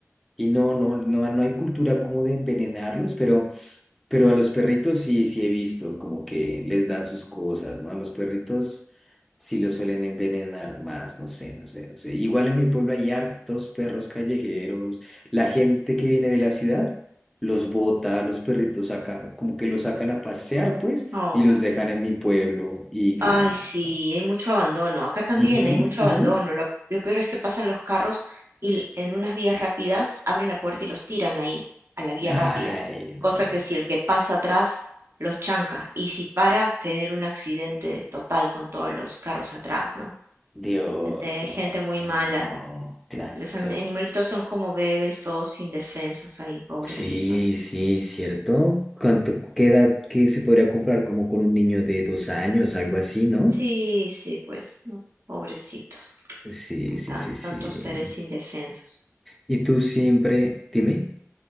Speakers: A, in the centre; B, on the right.
A: y no, no, no, no hay cultura como de envenenarlos, pero... Pero a los perritos sí, sí he visto como que les dan sus cosas, ¿no? A los perritos sí los suelen envenenar más, no sé, no sé, no sé. Igual en mi pueblo hay hartos perros callejeros. La gente que viene de la ciudad los bota, a los perritos sacan, como que los sacan a pasear, pues,
B: Oh.
A: y los dejan en mi pueblo. Y claro.
B: Ay, sí, hay mucho abandono. Acá también
A: Ujú,
B: hay mucho
A: ujú.
B: abandono. Lo, lo peor es que pasan los carros y l- en unas vías rápidas abren la puerta y los tiran ahí, a la vía
A: Ay,
B: rápida.
A: no.
B: Cosa que si el que pasa atrás los chanca y si para, genera un accidente total con todos los carros atrás, ¿no?
A: Dios,
B: Gente,
A: no,
B: gente muy
A: no,
B: mala.
A: no, no. Claro.
B: Los am- animalitos son como bebés, todos indefensos ahí, pobrecitos.
A: Sí, sí, cierto. ¿Cuánto, qué edad que se podría comprar como con un niño de dos años, algo así, ¿no?
B: Sí, sí, pues, no, pobrecitos.
A: Sí,
B: Son
A: sí,
B: tan-
A: sí, sí.
B: tantos seres indefensos.
A: Y tú siempre, dime,